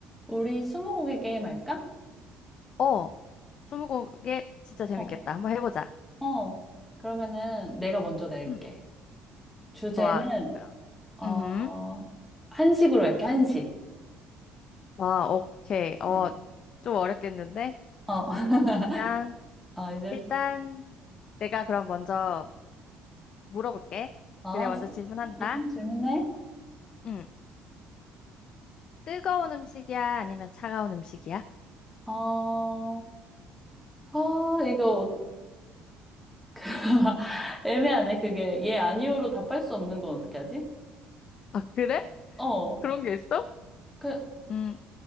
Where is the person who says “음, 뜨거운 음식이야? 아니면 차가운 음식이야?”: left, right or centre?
Left